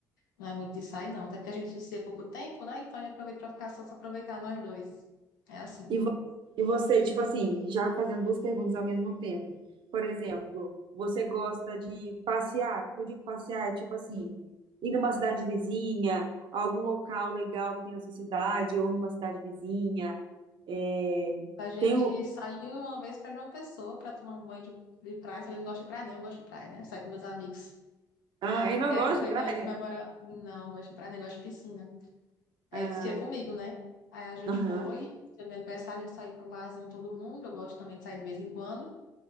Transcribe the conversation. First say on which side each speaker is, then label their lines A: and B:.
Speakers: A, on the left; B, on the right.
A: Não é muito de sair, não. Até porque a gente se vê pouco tempo, né? Então a gente aproveita pra ficar só se aproveitar nós dois. É assim.
B: E, vo- e você, tipo assim, já fazendo duas perguntas ao mesmo tempo. Por exemplo, você gosta de passear? Eu digo passear, tipo assim, ir numa cidade vizinha, algum local legal que tem na sua cidade, ou numa cidade vizinha. É,
A: A gente
B: tem o...
A: saiu uma vez pra João Pessoa pra tomar um banho de, de praia. Só que eu não gosto de praia, não. Eu gosto de praia, né? Sai com meus amigos.
B: Ah, eu não
A: E aí
B: gosto
A: foi
B: de praia.
A: também comemorar. Não, não gosto de praia, nem gosto de piscina. Aí
B: Ah,
A: eles que ia comigo, né? Aí a gente
B: aham.
A: foi. Foi meu aniversário, a gente saiu pra um barzinho todo mundo. Eu gosto também de sair de vez em quando.